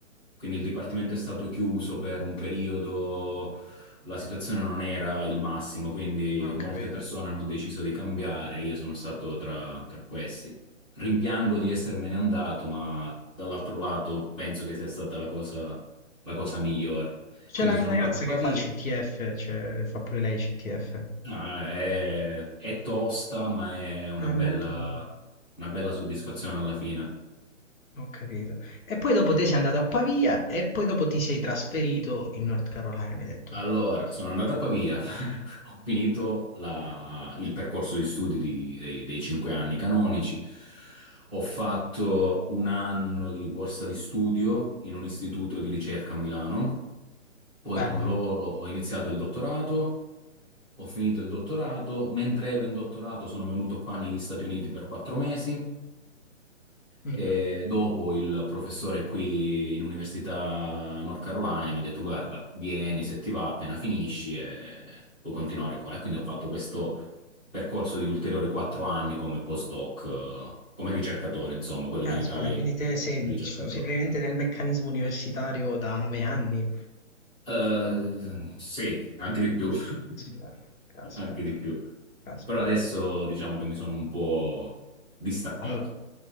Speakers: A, in the centre; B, on the left.
A: quindi il dipartimento è stato chiuso per un periodo, la situazione non era il massimo, quindi
B: Ah, Ho
A: molte
B: capito.
A: persone hanno deciso di cambiare, io sono stato tra, tra questi. Rimpiango di essermene andato, ma dall'altro lato penso che sia stata la cosa, la cosa migliore.
B: C'è
A: Quindi
B: la
A: sono
B: mia ragazza
A: andato a Pavia.
B: che fa CTF, cioè fa pure lei CTF.
A: No, è, è tosta, ma è una
B: È
A: bella,
B: molto...
A: una bella soddisfazione alla fine.
B: Ho capito. E poi dopo te sei andato a Pavia e poi dopo ti sei trasferito in North Carolina, mi hai detto.
A: Allora, sono andato a Pavia, <laughs> ho finito la- il percorso di studi di- dei, dei cinque anni canonici, ho fatto un anno di borsa di studio in un istituto di ricerca a Milano, poi
B: Bello.
A: con loro ho iniziato il dottorato, ho finito il dottorato, mentre ero in dottorato sono venuto qua negli Stati Uniti per quattro mesi,
B: Mhm.
A: E dopo il professore qui in Università North Carolina mi ha detto: Guarda, vieni se ti va, appena finisci e puoi continuare qua. E quindi ho fatto questo percorso di ulteriori quattro anni come postdoc, eh, come ricercatore, insomma, quello
B: Caspita,
A: che in Italia
B: quindi
A: è
B: te sei,
A: ricercatore.
B: cioè, sei praticamente nel meccanismo universitario da nove anni.
A: Eh, sì, anche di più, <laughs>
B: Caspita, caspita,
A: anche di più.
B: caspita.
A: Però adesso diciamo che mi sono un po' distaccato.
B: Eh,